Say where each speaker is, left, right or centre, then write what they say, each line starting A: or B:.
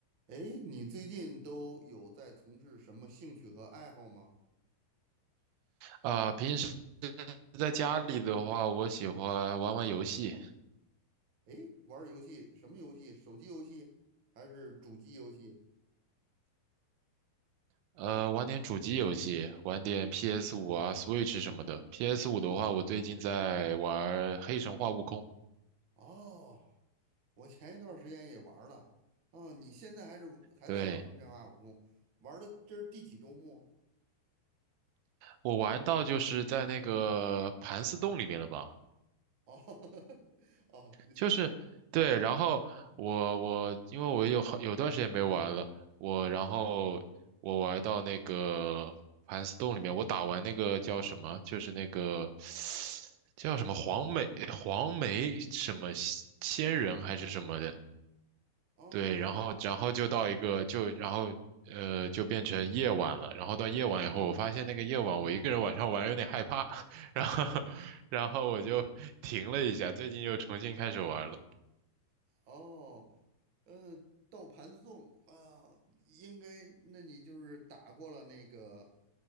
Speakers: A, on the right; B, on the right.
A: 诶，你最近都有在从事什么兴趣和爱好吗？
B: 啊，平时在家里的话，我喜欢玩玩游戏，
A: 诶，玩儿游戏，什么游戏？手机游戏还是主机游戏？
B: 呃，玩点主机游戏，玩点 p s 五啊、Switch 什么的。p s 五的话，我最近在玩《黑神话：悟空》，
A: 哦，我前一段时间也玩儿了。哦，你现在还是还在玩《空降二五空》？
B: 对，
A: 玩儿的这是第几周末？
B: 我玩到就是在那个盘丝洞里面了吧。
A: 哦，<laughs> 哦，
B: 就是对，
A: 对，
B: 然后我我因为我有好有段时间没玩了，
A: 哦，
B: 我然后我玩到那个盘丝洞里面，
A: 嗯，
B: 我打完那个叫什么，就是那个叫什么黄梅黄梅什么仙仙人还是什么的，
A: 哦哦哦。
B: 对，然后然后就到一个就然后呃就变成夜晚了，然后到夜晚以后，我发现那个夜晚我一个人晚上玩有点害怕，<laughs> 然后然后我就停了一下，最近又重新开始玩了。
A: 哦，呃，到盘送啊，应该，那你就是打过了那个，